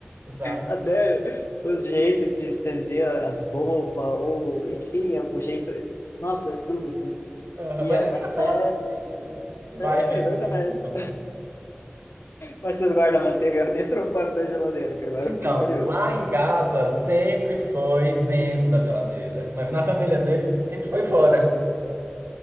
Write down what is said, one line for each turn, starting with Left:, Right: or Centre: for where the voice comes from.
Right: <laughs> sabe?
Left: Até os jeitos de estender as roupas, ou enfim, o jeito. Nossa, é tudo assim.
Right: Aham,
Left: E
Right: mas
Left: a-
Right: é engraçado.
Left: até.
Right: porque Vai.
Left: É,
Right: e
Left: é verdade.
Right: né?
Left: Mas vocês guardam a manteiga <laughs> dentro ou fora da geladeira? Que agora
Right: Então,
Left: eu fiquei curioso.
Right: lá em casa sempre foi dentro da geladeira, mas na família dele sempre foi fora.